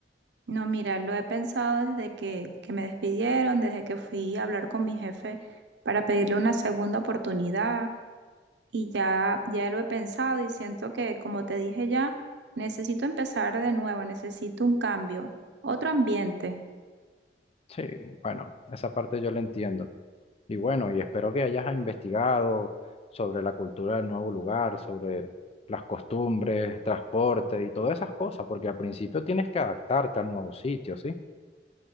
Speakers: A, on the right; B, on the left.
A: No, mira, lo he pensado desde que, que me despidieron, desde que fui a hablar con mi jefe para pedirle una segunda oportunidad, y ya, ya lo he pensado y siento que, como te dije ya, necesito empezar de nuevo, necesito un cambio, otro ambiente.
B: Sí, bueno, esa parte yo la entiendo. Y bueno, y espero que hayas investigado sobre la cultura del nuevo lugar, sobre las costumbres, transporte y todas esas cosas, porque al principio tienes que adaptarte al nuevo sitio, ¿sí?